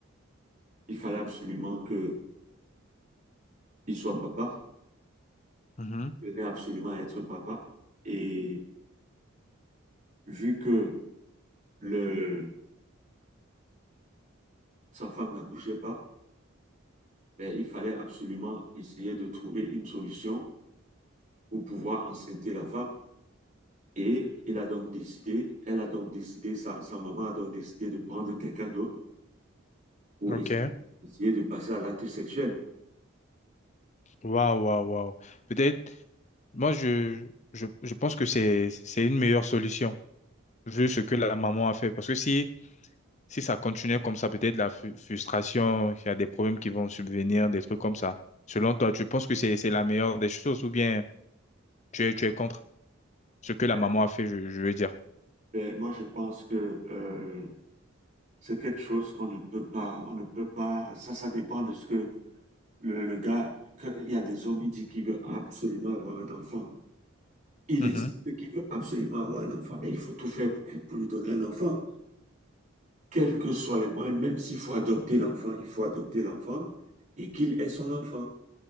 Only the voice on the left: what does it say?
Mhm.
Ok,
waouh, waouh, waouh. Peut-être, moi, je, je, je pense que c'est, c'est une meilleure solution, vu ce que la maman a fait. Parce que si, si ça continuait comme ça, peut-être la fu- frustration, il y a des problèmes qui vont subvenir, des trucs comme ça. Selon toi, tu penses que c'est, c'est la meilleure des choses ou bien. Tu es, tu es contre ce que la
maman a fait, je, je veux dire.
Mhm.